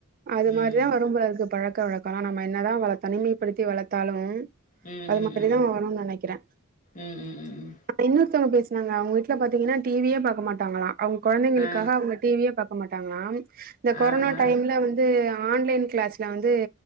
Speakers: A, on the right (about 40°); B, on the left (about 35°).
A: அது
B: ம்
A: மாதிரிதான் வரும்போல இருக்கு பழக்கம் காலம் நம்ம என்னதான் தனிமைப்படுத்தி வளர்த்தாலும்
B: ம்
A: அது
B: ம்
A: மாரிதான்
B: ம் ம்
A: வரும்னு நினைக்கிறேன்
B: ம் ம் ம் ம்
A: இன்ன ங்க பேசாங்க வீட்டுல பார்த்தீங்கன்னா டிவியே பார்க்க மாட்டாங்களா அவங்க கெழந்தைங்கக்காக
B: ஆ
A: அவங்க டிவியே ப பாக்கமாட்டாங்களா இந்த கொரோனா
B: ஆ ஆ
A: டைம்ல வந்து ஆன்லைன் கிளாஸ்ல வந்து